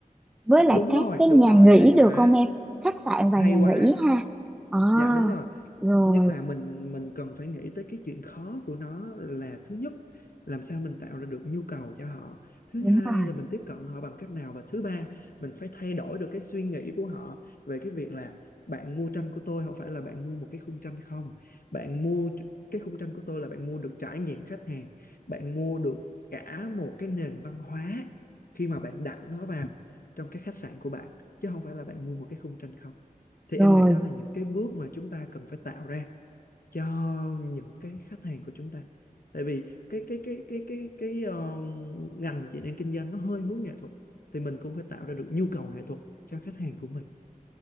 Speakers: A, in the centre; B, on the left (about 80°).
A: với lại
B: đúng
A: các
B: rồi
A: cái nhà
B: đúng rồi
A: nghỉ
B: hay quá
A: được không em khách sạn và
B: Hay
A: nhà
B: quá.
A: nghỉ ha à,
B: Dạ đúng rồi.
A: rồi
B: Nhưng mà mình mình cần phải nghĩ tới cái chuyện khó của nó là thứ nhất, làm sao mình tạo ra được nhu cầu cho họ. Thứ
A: đúng
B: hai
A: rồi
B: là mình tiếp cận họ bằng cách nào và thứ ba, mình phải thay đổi được cái suy nghĩ của họ về cái việc là bạn mua tranh của tôi không phải là bạn mua một cái khung tranh không. Bạn mua cái khung tranh của tôi là bạn mua được trải nghiệm khách hàng, bạn mua được cả một cái nền văn hóa khi mà bạn đặt nó vào trong cái khách sạn của bạn chứ không phải là bạn mua một cái khung tranh không thì em
A: rồi
B: nghĩ đó là những cái bước mà chúng ta cần phải tạo ra cho những cái khách hàng của chúng ta tại vì cái cái cái cái cái cái ờ, ngành chị đang kinh doanh nó hơi hướng nghệ thuật thì mình cũng phải tạo ra được nhu cầu nghệ thuật cho khách hàng của mình